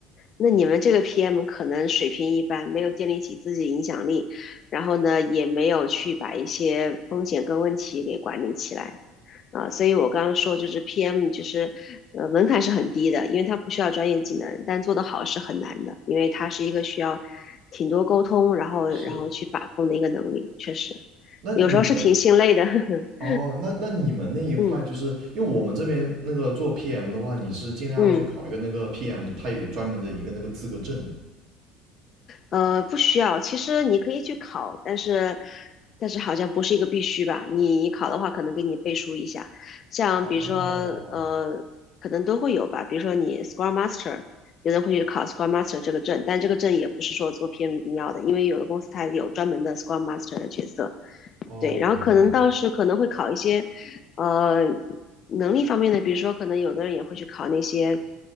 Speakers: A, on the left; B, on the right.
A: 那你们这个 PM 可能水平一般，没有建立起自己的影响力，然后呢，也没有去把一些风险跟问题给管理起来啊，所以我刚刚说就是 PM 就是呃门槛是很低的，因为它不需要专业技能，但做得好是很难的，因为它是一个需要挺多沟通，然后然后去把控的一个能力，
B: 是，
A: 确实
B: 那你们
A: 有时候是挺心累的。<laughs>
B: 哦，那那你们那一块，
A: 嗯
B: 就是因为我们这边那个做 PM 的话，你是尽量要去考一个那个
A: 嗯。
B: PM，它有专门的一个那个资格证的
A: 呃，不需要。其实你可以去考，但是但是好像不是一个必须吧？你你考的话，可能给你背书一下，像比如说
B: 哦
A: 呃，可能都会有吧。比如说你 s c r e m a s t e r 有人会去考 s c r e m a s t e r 这个证，但这个证也不是说做 PM 一定要的，因为有的公司它有专门的 s c r e Master 的角色，
B: 哦，
A: 对，
B: 我明白，
A: 然后可能倒是可能会考一些，呃，能力方面的，比如说可能有的人也会去考那些